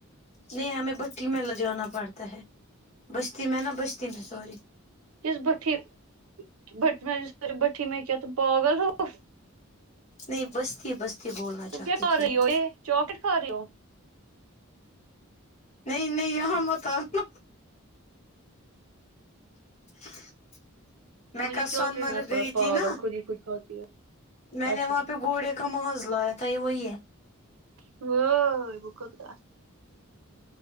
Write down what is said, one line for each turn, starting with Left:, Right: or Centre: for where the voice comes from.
Left: نہیں ہمیں بٹی میں لے جانا پڑتا ہے بستی میں نا بستی میں سوری
Right: کس بٹھی بٹھ بٹھی میں کیا تم پاگل ہو
Left: نہیں بستی بستی بولنا
Right: تم
Left: چاہتی
Right: کیا کھا
Left: تھی
Right: رہی
Left: میں
Right: ہو یہ چاکلیٹ کھا رہی ہو
Left: نہیں نہیں یہاں مت انا <inaudible> میں
Right: مجھے
Left: کل سون
Right: چاکلیٹ
Left: مرگ
Right: نہ تھوڑا
Left: گئی
Right: پاگل
Left: تھی نا
Right: خود ہی خود کھاتی ہو
Left: میں
Right: اچھا
Left: نے وہاں پے گھوڑے کا ماز لایا تھا یہ وہی ہے
Right: ہ بکت گا